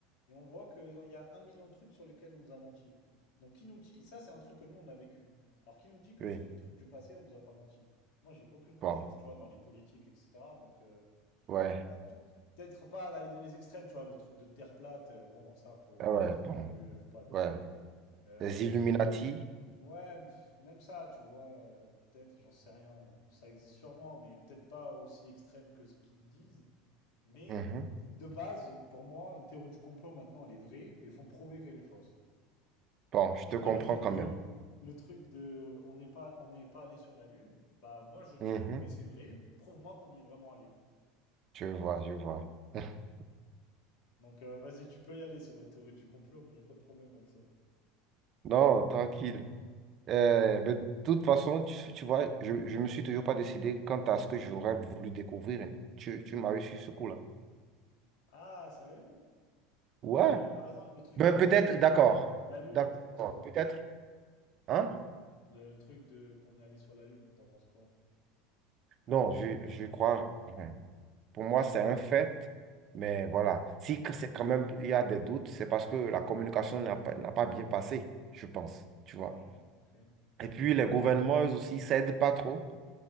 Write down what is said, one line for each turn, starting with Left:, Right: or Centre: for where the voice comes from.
Left: Et on voit qu'il y a un million de trucs sur lesquels on nous a menti. Donc, qui nous dit, et ça, c'est un truc que nous, on a vécu. Alors, qui nous dit que
Right: Oui,
Left: sur les trucs du passé, on nous a pas menti? Moi, j'ai aucune confiance,
Right: bon,
Left: tu vois, dans les politiques, etc. Donc, euh,
Right: ouais,
Left: pas tout- peut-être pas d'aller dans les extrêmes, tu vois, le truc de terre plate, euh, bon, ça, faut
Right: Ah
Left: pas
Right: ouais,
Left: être
Right: bon,
Left: non plus, euh, faut pas abuser.
Right: ouais.
Left: Euh,
Right: Les Illuminati?
Left: ouais, pff, même ça, tu vois, euh, peut-être, j'en sais rien, euh, ça existe sûrement, mais peut-être pas aussi extrême que ce qu'ils disent. Mais
Right: Mhm.
Left: de base, pour moi, une théorie du complot maintenant, elle est vraie et ils font prouver qu'elle est fausse.
Right: Bon, je te
Left: Tu
Right: comprends
Left: vois, le truc
Right: quand
Left: de,
Right: même.
Left: le truc de, on n'est pas, on n'est pas allé sur la Lune, bah moi je dis,
Right: Mhm.
Left: ok, c'est vrai, prouve-moi qu'on y est vraiment allé.
Right: Je vois, je vois. <laughs>
Left: Donc euh, vas-y, tu peux y aller sur les théories du complot, moi j'ai pas de problème avec ça.
Right: Non, tranquille. Euh, mais de toute façon, tu, tu vois, je ne me suis toujours pas décidé quant à ce que j'aurais voulu découvrir. hein. Tu, tu
Left: Ah,
Right: m'as eu sur ce coup-là.
Left: ah, sérieux?
Right: Ouais.
Left: Bah par exemple, le truc
Right: Ben,
Left: de la
Right: peut-être,
Left: Lune là.
Right: d'accord.
Left: La Lune,
Right: D'accord.
Left: t'en penses quoi?
Right: Peut-être. Hein?
Left: Le truc de qu'on est allé sur la Lune, t'en penses quoi?
Right: Non, je, je crois. enfin, Pour moi, c'est un fait. Mais voilà. Si que c'est quand même il y a des doutes, c'est parce que la communication n'a pas, n'a pas bien passé, je pense. Tu vois.
Left: Ouais, ok.
Right: Et puis les gouvernements, eux aussi, s'aident pas trop.